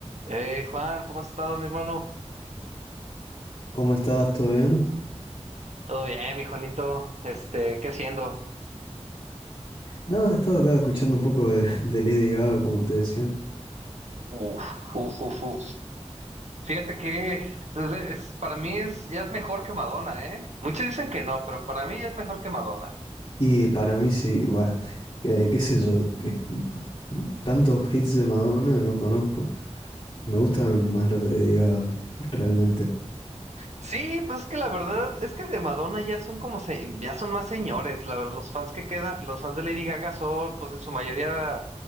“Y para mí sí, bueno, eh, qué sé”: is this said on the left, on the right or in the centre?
Left